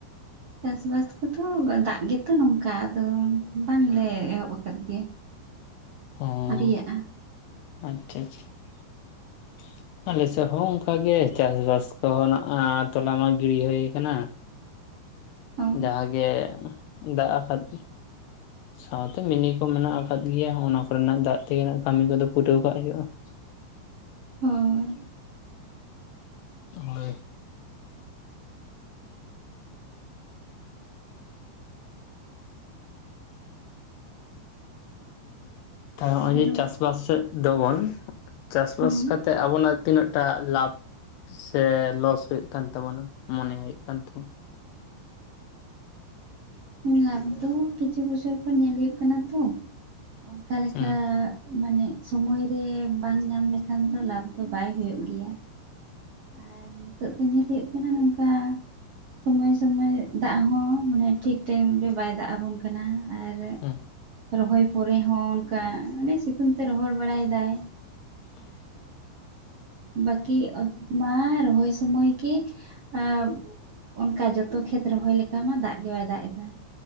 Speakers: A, on the right (about 85°); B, on the left (about 80°).
A: ᱪᱟᱥ-ᱵᱟᱥ ᱠᱚᱫᱚ ᱫᱟᱜ ᱜᱮᱛᱚ ᱱᱚᱝᱠᱟ ᱟᱫᱚ ᱵᱟᱝᱞᱮ ᱮᱦᱚᱵ ᱟᱠᱟᱫ ᱜᱮᱭᱟ ᱾
B: <inaudible> ᱦᱩᱸ
A: ᱟᱹᱣᱨᱤ ᱭᱟᱜ-ᱟ ᱾
B: ᱟᱪᱪᱷᱟ ᱟᱪᱪᱷᱟ ᱾ ᱟᱞᱮᱥᱮᱫ ᱦᱚᱸ ᱚᱱᱠᱟᱜᱮ ᱪᱟᱥ-ᱵᱟᱥ ᱠᱚᱦᱚᱸᱱᱟ ᱛᱚᱞᱟ ᱢᱟ ᱜᱤᱲᱤ ᱦᱩᱭ ᱟᱠᱟᱱᱟ ᱾
A: ᱚ
B: ᱡᱟᱦᱟᱸ ᱜᱮ ᱫᱟᱜ ᱟᱠᱟᱫ ᱥᱟᱶᱛᱮ ᱢᱤᱱᱤ ᱠᱚ ᱢᱮᱱᱟᱜ ᱟᱠᱟᱫ ᱜᱮᱭᱟ ᱚᱱᱟ ᱠᱚᱨᱮᱱᱟᱜ ᱫᱟᱜ ᱛᱮᱜᱮ ᱠᱟᱹᱢᱤ ᱠᱚᱫᱚ ᱯᱩᱴᱟᱹᱣ ᱠᱟᱜ ᱦᱩᱭᱩᱜ-ᱟ ᱾
A: ᱦᱳᱭ ᱾
B: ᱦᱳᱭ ᱾ ᱛᱟ ᱱᱚᱜ-ᱚᱭ
A: ᱦᱮᱞᱳ
B: ᱡᱮ ᱪᱟᱥ ᱪᱟᱥ-ᱵᱟᱥ ᱥᱮᱫ ᱫᱚᱵᱚᱱ ᱪᱟᱥ
A: ᱦᱩᱸ
B: ᱵᱟᱥ ᱠᱟᱛᱮᱫ ᱟᱵᱚᱱᱟᱜ ᱛᱤᱱᱟᱹᱜ ᱴᱟᱜ ᱞᱟᱵᱷ ᱥᱮ ᱞᱚᱥ ᱦᱩᱭᱩᱜ ᱠᱟᱱ ᱛᱟᱵᱚᱱᱟ ᱢᱚᱱᱮ ᱦᱩᱭᱩᱜ ᱠᱟᱱ ᱛᱟᱵᱚᱱᱟ ᱾
A: ᱞᱟᱵᱷ ᱫᱚ ᱠᱤᱪᱷᱩ ᱵᱚᱪᱷᱚᱨ ᱠᱷᱚᱱ ᱧᱮᱞ ᱦᱩᱭᱩᱜ ᱠᱟᱱᱟ ᱛᱚ ᱚᱱᱠᱟ ᱞᱮᱠᱟ
B: ᱦᱩᱸ
A: ᱢᱟᱱᱮ ᱥᱚᱢᱚᱭ ᱨᱮ ᱵᱟᱝ ᱧᱟᱢ ᱞᱮᱠᱷᱟᱱ ᱫᱚ ᱞᱟᱵᱷ ᱫᱚ ᱵᱟᱭ ᱦᱩᱭᱩᱜ ᱜᱮᱭᱟ ᱾ ᱟᱨ ᱱᱤᱛᱚᱜ ᱫᱚ ᱧᱮᱞ ᱦᱩᱭᱩᱜ ᱠᱟᱱᱟ ᱱᱚᱝᱠᱟ ᱥᱚᱢᱚᱭ ᱥᱚᱢᱚᱭ ᱫᱟᱜ ᱦᱚᱸ ᱢᱟᱱᱮ ᱴᱷᱤᱠ ᱴᱟᱭᱤᱢ ᱨᱮ ᱵᱟᱭ ᱫᱟᱜ ᱟᱵᱚᱱ ᱠᱟᱱ ᱠᱟᱱᱟ ᱟᱨ
B: ᱦᱩᱸ
A: ᱨᱚᱦᱚᱭ ᱯᱚᱨᱮ ᱦᱚᱸ ᱚᱱᱠᱟ ᱚᱱᱮ ᱥᱤᱛᱩᱝ ᱛᱮ ᱨᱚᱦᱚᱲ ᱵᱟᱲᱟ ᱮᱫᱟᱭ ᱾
B: <inaudible>
A: ᱵᱟᱹᱠᱤ ᱚᱫᱷᱮᱠ ᱢᱟ ᱨᱚᱦᱚᱭ ᱥᱚᱢᱚᱭ ᱜᱮ ᱟ ᱚᱱᱠᱟ ᱡᱚᱛᱚ ᱠᱷᱮᱛ ᱨᱚᱦᱚᱭ ᱞᱮᱠᱟ ᱢᱟ ᱫᱟᱜ ᱜᱮ ᱵᱟᱭ ᱫᱟᱜ ᱮᱫᱟ